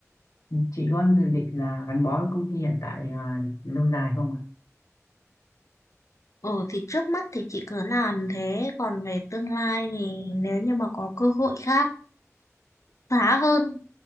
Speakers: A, on the left (about 85°); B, on the left (about 70°).
A: chị có dự định là gắn bó với công ty hiện tại ờ, lâu dài không ạ
B: ừ thì trước mắt thì chị cứ làm thế còn về tương lai thì nếu như mà có cơ hội khác khá hơn